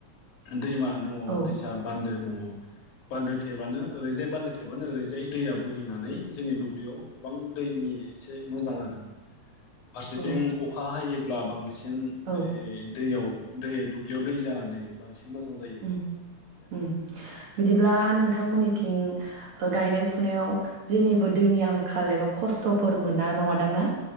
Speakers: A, on the left (about 80°); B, on the right (about 65°).
A: दैमा दङ
B: औ
A: दैसा। बान्दो दङ बान्दो थेबानो ओरैजाय बान्दो थेबानो ओरैजाय दैया बोहैनानै जोंनि दुब्लियाव गोबां दैनि एसे मोजां आरो। फारसेथिं
B: औ
A: अखा हायो। अब्ला बांसिन।
B: औ
A: हिन ओ दैयाव। दै दुब्लियाव दै जानानै बांसिन। मोजां जायो।
B: उम
A: आरो
B: उम। बिदिब्ला नोंथांमोननिथिं गायनाय फुनायाव जेनिबो दैनि आंखाल एबा खस्थ'फोर मोना नङादांना।